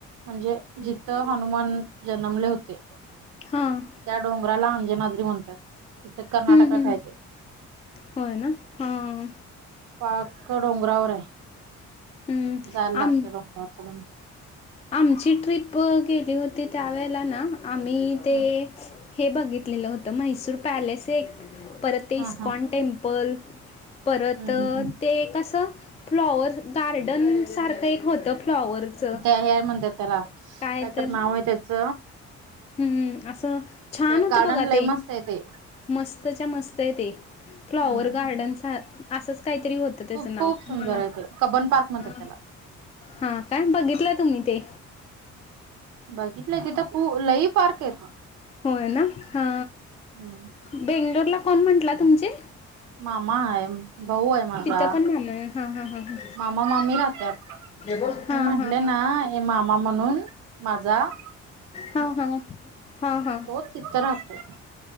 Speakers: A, on the right (about 85°); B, on the left (about 20°).
A: म्हणजे जिथं हनुमान जन्मले होते.
B: हां
A: त्या डोंगराला अंजनाद्री म्हणतात. तिथं कर्नाटकात
B: हम्म हम्म
A: आहे ते
B: होय ना? हां
A: पाक का डोंगरावर आहे,
B: हम्म
A: जायला लागते
B: आम
A: डोंगराचं पण
B: आमची ट्रिप गेली होती त्यावेेळेला ना, आम्ही तेच
A: हं
B: हे बघितलेलं होतं म्हैसूर पॅलेस एक परत ते
A: हा
B: ISKCON
A: हा.
B: temple. परत
A: हम्म हम्म हम्म.
B: ते कसं फ्लॉवर गार्डन सारखं एक होतं. फ्लॉवरचं
A: एआई म्हणत्यात त्याला
B: काय
A: कायतर
B: तर
A: नाव आहे त्याच
B: हम्म असं छान होतं
A: गार्डन
B: बघा
A: लय
B: ते
A: मस्त आहे ते.
B: मस्तच्या मस्त आहे ते. फ्लॉवर
A: हम्म.
B: गार्डन सार असंच काहीतरी होतं त्याचं
A: खूप
B: नाव
A: खूप सुंदर
B: मला
A: आहे ते. कबन पार्क म्हणतात
B: अ
A: त्याला.
B: हा कायम बघितलं तुम्ही ते
A: बघितलंय तिथं खू लई पार्क आहेत
B: होय ना, हा
A: हम्म.
B: बेंगलोरला कोण? म्हंटला, तुमचे
A: मामा हाय, भाऊ आ हे माझा
B: तिथं पण मामा हा हा हा हा
A: मामा - मामी राहत्यात.
B: हा हा
A: मी म्हटले
B: हा
A: ना, हे मामा म्हणून माझा <inaudible>
B: हा हा हा हा
A: तो तिथं राहतोय -